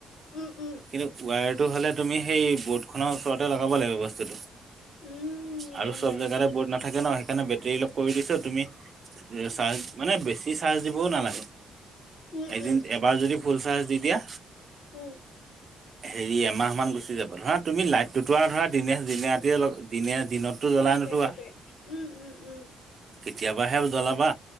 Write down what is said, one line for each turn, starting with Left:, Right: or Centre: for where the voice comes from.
Left: উম উম
Right: কিন্তু ৱায়াৰটো হ'লে তুমি সেই বৰ্ডখনৰ ওচৰতে লগাব লাগিব বস্তুটো।
Left: উম
Right: আৰু
Left: গম
Right: চব
Left: পাইছো
Right: জেগাতে বৰ্ড নাথাকে ন। সেইকাৰণে বেটেৰী কৰি দিছোঁ। তুমি <unintelligible> মানে বেছি চাৰ্জ দিবও নালাগে।
Left: উম
Right: এদিন,
Left: উম
Right: এবাৰ যদি ফুল চাৰ্জ দি দিয়া
Left: উম
Right: হেৰি, এমাহমান গুচি যাব। ধৰা, তুমি লাইটটো ধৰা, ধৰা দিনে-দিনে, ৰাতিয়ে লগাব, দিনে-দিনতো জ্বলাই
Left: সেইটোৱেই,
Right: নুঠোৱা
Left: সেইটোৱেই। উম, উম, উম।
Right: কেতিয়াবাহে জ্বলাবা